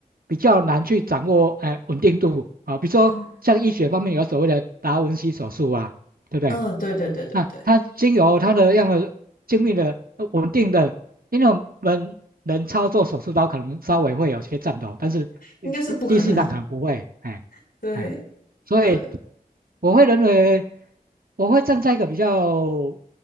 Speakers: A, on the right (about 75°); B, on the left (about 75°).
A: 比较难去掌握，哎，稳定度啊，比如说像医学方面有所谓的达文西手术啊，
B: 嗯
A: 对不对？
B: 嗯，对对对对对，
A: 那它经由它的样的精密的呃稳定的，因为我们人操作手术刀可能稍微会有些颤抖，但是机机机器上可能不会，
B: 应该是不可能，
A: 哎哎，
B: <laughs> 对。
A: 所以
B: 对。
A: 我会认为我会站在一个比较